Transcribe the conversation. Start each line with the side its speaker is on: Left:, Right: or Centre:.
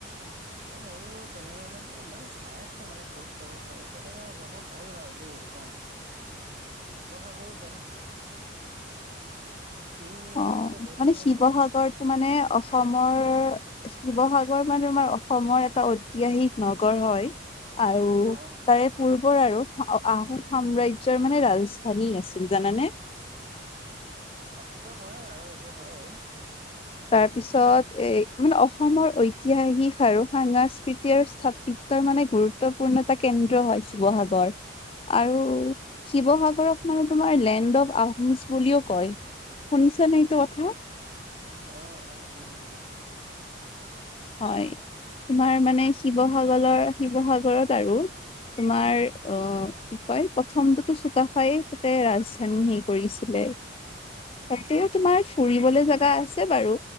Right: অ মইও তেনেকুৱা মানে মই চাই আছো মানে কত যাব পাৰি তেনেকে যাব পাৰি বাৰু দেই অ শিৱসাগৰ বেয়া নহয় যাব তুমি
Left: অ
Right: আগতে গৈছা
Left: মানে শিৱসাগৰটো
Right: নে নে
Left: মানে অসমৰ শিৱসাগ ৰ তোমাৰ অসমৰ এটা ঐতিহাসিক নগ গৰ হয় আৰু
Right: অ
Left: তাৰে পূৰ্বৰ আৰু আ আহোম সাম্ৰাজ্যয়ৰ মানে ৰাজধানী আছ জানানে
Right: অ সেইটো হয় বাৰু এইটো হয়
Left: তাৰপিছত এ মানে অসমৰ ঐতিহাসিক আৰু সাংস্কৃতিৰ স্থাপিত মানে গুৰুত্বপূৰ্ণ এটা কেন্দ্ৰ হয় শিৱসাগৰ আৰু শিৱসাগৰক মানে তোমাৰ লেণ্ড অফ আহোমছ বুলিও কয় শুনিছা নে এইটো কথা
Right: অ অ শুনি আছো
Left: হয় তোমাৰ মানে শিৱসাগৰৰ শিৱসাগৰত আৰু তোমাৰ অ কি কয় প্ৰথমটোতো চুকাফাই তাতে ৰাজধানী হেৰী কৰিছিলে তে তাতেও তোমাৰ ফুৰিবলে জেগা আছে বাৰু